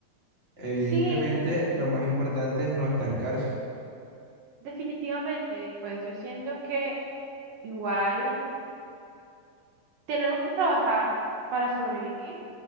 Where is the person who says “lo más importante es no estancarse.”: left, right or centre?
Right